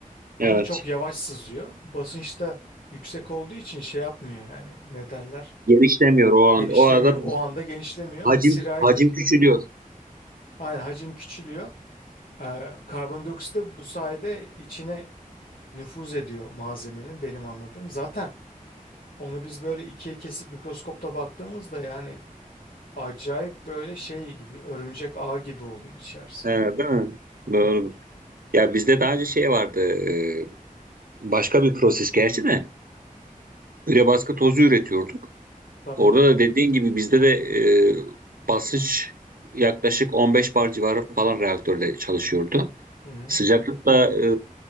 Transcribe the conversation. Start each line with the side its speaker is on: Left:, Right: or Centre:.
Right: Evet.
Left: Ama çok yavaş sızıyor. Basınç da yüksek olduğu için şey yapmıyor yani ne derler?
Right: Genişlemiyor o an.
Left: Genişlemiyor.
Right: O arada
Left: O anda genişlemiyor.
Right: hacim
Left: Sirayet
Right: hacim
Left: ediyor.
Right: küçülüyor.
Left: Aynen hacim küçülüyor. Ee, karbondioksit de bu sayede içine nüfuz ediyor malzemenin benim anladığım. Zaten onu biz böyle ikiye kesip mikroskopta baktığımızda yani acayip böyle şey gibi örümcek ağı gibi oluyor içerisi
Right: Ee,
Left: yani.
Right: değil mi? Doğrudur. Ya bizde daha önce şey vardı. e, başka bir proses gerçi de. Üre baskı tozu üretiyorduk.
Left: Tamam.
Right: Orada da dediğin gibi bizde de e, basınç yaklaşık 15 bar civarı falan reaktörde çalışıyordu.
Left: Hı hı.
Right: Sıcaklıkla e,